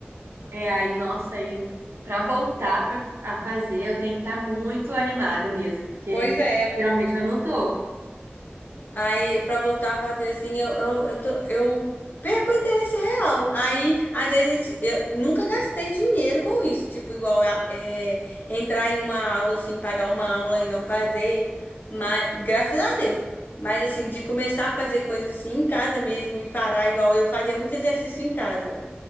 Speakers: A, on the right; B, on the left.
A: É aí, nossa, aí pra voltar pra, a fazer, eu tenho que estar muito animada mesmo, porque
B: Pois é,
A: geralmente eu não tô.
B: Aí, pra voltar a fazer assim, eu, eu, eu, tô- eu perco o interesse real. Aí, às vezes, a gente- eu nunca gastei dinheiro com isso. Tipo, igual a- é, entrar em uma aula, assim, pagar uma aula e não fazer. Mas, graças a Deus. Mas, assim, de começar a fazer coisas assim em casa mesmo e parar, igual eu fazia muito exercício em casa.